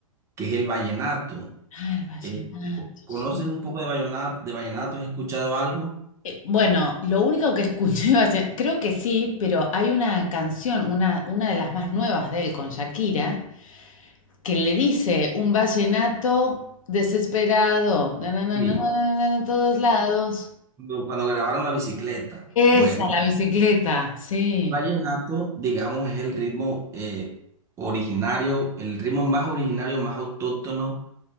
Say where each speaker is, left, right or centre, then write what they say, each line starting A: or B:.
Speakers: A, on the right; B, on the left.
A: que es el vallenato.
B: Ah,
A: Eh,
B: el vallenato,
A: ¿conoces
B: sí.
A: un poco de vallenato, de vallenato? ¿Has escuchado algo?
B: Eh, bueno, lo único que escuché, <laughs> valle- creo que sí, pero hay una canción, una, una de las más nuevas de él con Shakira, que le dice un vallenato desesperado, na, na, na,
A: Sí.
B: na, na, na, na, na, todos lados.
A: Cuando, cuando grabaron la bicicleta. Bueno,
B: Esa, la bicicleta, sí,
A: el vallenato, digamos, es el ritmo eh, originario, el ritmo más originario, más autóctono